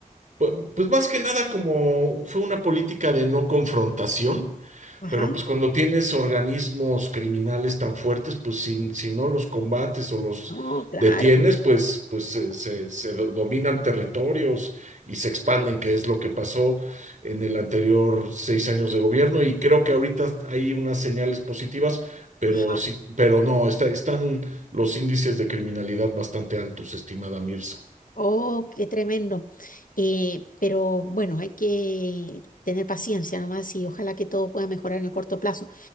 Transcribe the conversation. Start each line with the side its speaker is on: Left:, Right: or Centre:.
Right: pu- pues más que nada como fue una política de no confrontación
Left: Ajá.
Right: pero pues cuando tienes organismos criminales tan fuertes, pues si, si no los combates o los
Left: No, claro.
Right: detienes, pues, pues se, se- se do- dominan territorios y se expanden, que es lo que pasó en el anterior seis años de gobierno. Y creo que ahorita hay unas señales positivas, pero
Left: Ajá.
Right: sí, pero no, está- están los índices de criminalidad bastante altos, estimada Mirza.
Left: Oh, qué tremendo. Eh, pero bueno, hay que tener paciencia nomás y ojalá que todo pueda mejorar en el corto plazo.